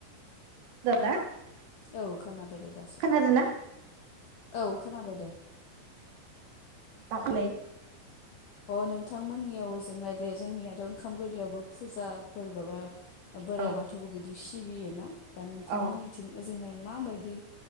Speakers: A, on the right (about 65°); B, on the left (about 70°).
A: <unintelligible>
B: औ खोनाबाय दे दासो
A: खोनादोंना
B: औ खोनाबाय दे
A: <unintelligible>
B: अ नोंथांमोननियाव ओजोंहाय दे जोंनियाथ' ओंखाम गोरलैयावबो फुजाफोर बाबा बोराइ
A: औ
B: बाथौखौ बिदि सिबियोना दा नोंथांमोननिथिं
A: औ ओ
B: ओजोंहाय मा माबायदि